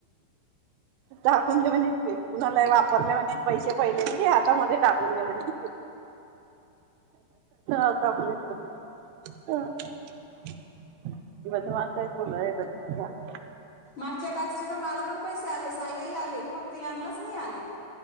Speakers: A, on the right; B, on the left.
A: टाकून दे म्हणे कुणाला वापरले म्हणे पैसे पहिलेले बी हातामध्ये टाकून दे म्हणे. आता म्हनेन तो की बदमास आहे तो लय बदमास झालाय.
B: मागच्या टास्कचे तर मला पण पैसे आले आई ला ही आले फक्त यानलाच नाही आले